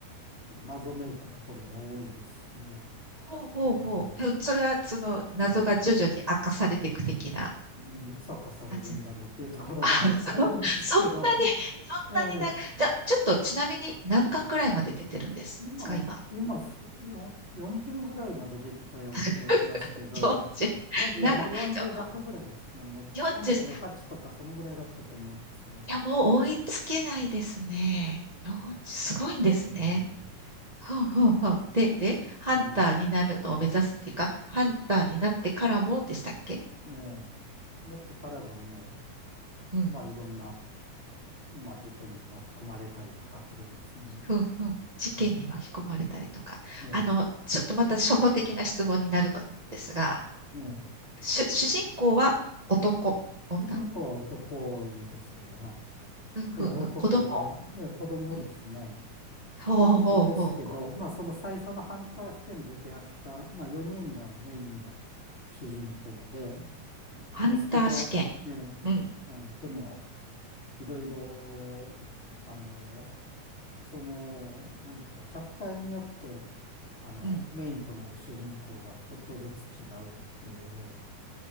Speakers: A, on the left (about 20°); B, on the right (about 25°).
A: 謎めいたところが多いですし、う
B: ほうほうほう。
A: ん。
B: えそれは、その、謎が徐々に明かされていく的な。
A: ね、うんいつ明かされるんだろうっていうところが
B: 感じあ、そ、<laughs>
A: <laughs> あるんですけど、
B: そんなに、<laughs> そんなにな、
A: え
B: じゃ、ちょっとちなみに何巻ぐらいまで出てるんですか、
A: え今、
B: 今。
A: 今す、よ40ぐらいまで出てたような気がしますけど、
B: <laughs> 40、
A: 40、
B: 長、
A: いや、もう40弱ぐらいですね。
B: ちょ、
A: もう38とかそのぐらいだったと思うんですが。
B: 40、いや、もう追いつけないですね。40、すごいんですね。
A: うん。
B: ふんふんふん。で、で、ハンターになるのを目指すっていうか、
A: うん。
B: ハンターになってからもでしたっけ
A: ええ。なってからがも
B: うん、
A: う、まあいろんな、まあ事件に巻き込まれたりとかするんですよね。
B: ふんふん。事件に巻き込まれたりとか。
A: うん。ね
B: あの、ちょっとまた初歩的な質問になるのですが、
A: え。ね
B: 主、主人公は男、女
A: え。主人公は男ですよ。
B: うんふんふん。
A: ええ、男で、
B: 子供
A: ええ、子供ですね。
B: うん。ほうほうほうほうほう。
A: 子供ですけど、まあその最初のハンター視点で出会った、まあ4人がメインの主人公で、
B: ハンター試験。
A: ですけど、ね、
B: うん。
A: うん、でも、いろいろ、あの、その、なんていうか、キャプターによって、あの、
B: うん。
A: メインとなる主人公がちょっとずつ違うっていうような